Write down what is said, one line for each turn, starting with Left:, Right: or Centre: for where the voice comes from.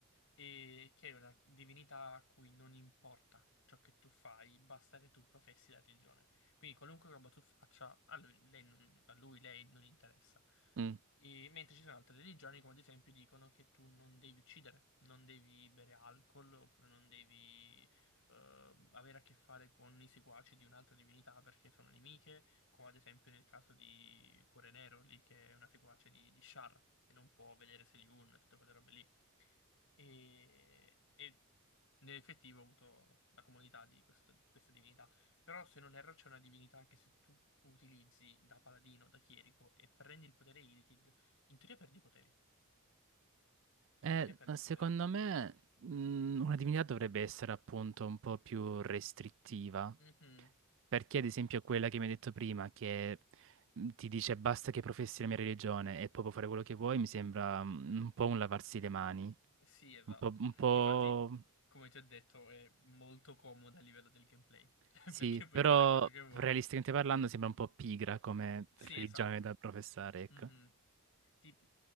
Left: e che è una divinità a cui non importa ciò che tu fai, basta che tu professi la religione. Quindi qualunque roba tu faccia, a lui, lei non- a lui, lei non interessa.
Right: Sì.
Left: E- mentre ci sono altre religioni, come ad esempio, dicono che tu non devi uccidere, non devi bere alcol, oppure non devi eh, avere a che fare con i seguaci di un'altra divinità perché sono nemiche, come ad esempio nel caso di Cuore Nero, lì che è una seguace di, di Shar, e non può vedere Seliun e tutte quelle robe lì. E, e Nell'effettivo ho avuto la comunità di questo- di questa divinità. Però, se non erro, c'è una divinità che se tu utilizzi da paladino, da chierico e prendi il potere Illithid, in teoria perdi i poteri.
Right: Eh,
Left: In teoria perdi
Right: ma secondo
Left: i poteri.
Right: me, mh, una divinità dovrebbe essere appunto un po' più restrittiva.
Left: Mhm.
Right: Perché, ad esempio, quella che mi hai detto prima, che mh, ti dice basta che professi la mia religione e poi puoi fare quello che vuoi, mi sembra mh, un po' un lavarsi le mani.
Left: Sì, esatto.
Right: Un po', un po'...
Left: Infatti, come ti ho detto, è molto comoda a livello del gameplay. <laughs>
Right: Sì,
Left: Perché puoi
Right: però
Left: fare quello che vuoi.
Right: realisticamente parlando sembra un po' pigra come
Left: Sì,
Right: <laughs> religione
Left: esatto.
Right: da professare, ecco.
Left: Mhm. Ti-